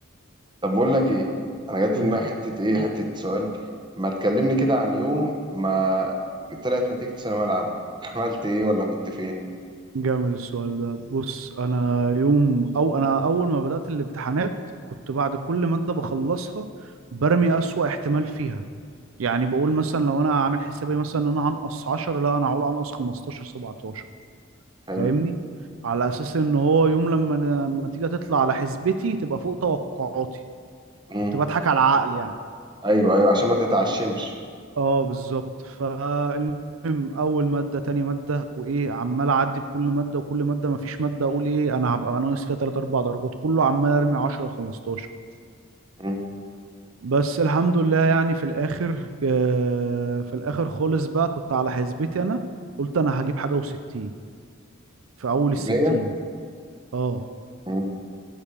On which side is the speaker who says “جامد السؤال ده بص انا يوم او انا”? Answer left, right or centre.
Right